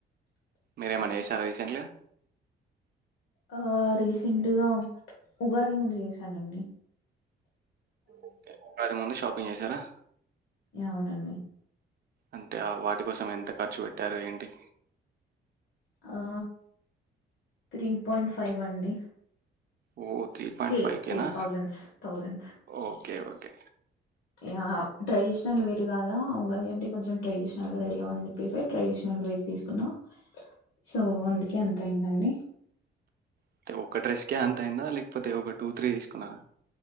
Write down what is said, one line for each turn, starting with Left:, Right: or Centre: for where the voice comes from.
Right: మీరేమన్నా చేసారా రీసెంట్గా
Left: ఆ రీసెంట్గా ఉగాది ముందు చేసాను అండి
Right: ఓకే ఇది ముందు షాపింగ్ చేశారా
Left: యా అవును అండి
Right: అంటే ఆ వాటి కోసం ఎంత ఖర్చు పెట్టారు ఏంటి
Left: ఆ త్రీ పాయింట్ ఫైవ్ అండి
Right: ఓ త్రీ పాయింట్
Left: కే
Right: ఫైవ్కినా
Left: కే thousands thousands
Right: okay okay
Left: yeah traditional wear కాదాగాది అంటే కొంచెం ట్రెడిషనల్గా రెడీ కావ్వాలని చెప్పేసి ట్రెడిషనల్ వేర్ తీసుకున్నాం సో అందుకే అంత అయిందండి
Right: అంటే ఒకక్క డ్రెస్ క అంత అయిందా లేకపోతే ఒక టూ త్రీ తీసుకున్నరా